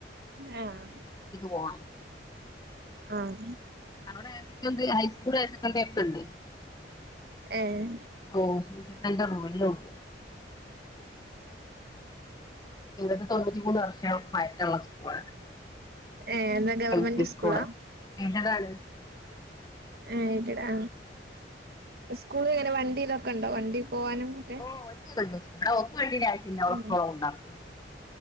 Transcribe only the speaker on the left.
പോകണം
അവിടെ ഹയർ സെക്കൻഡറി ഹൈസ്കൂള് <unintelligible>
ഓഹ് ട്യൂഷൻ സെന്റർ വലിയൊ ഉണ്ട്. ഇവടെ <unintelligible> തൊണ്ണൂറ്റി മൂന്ന് വർഷം പഴക്കള്ള സ്കൂളാ
എൽ പി സ്കൂള്
എയ്ഡഡ് ആണ്
ഓഹ് വണ്ടി ഒന്നും ഇല്ല ഓക്ക് വണ്ടിടെ ആവശ്യം ഇല്ല ഓളെ
ഉപ്പ ഓളെ കൊണ്ടാക്കും.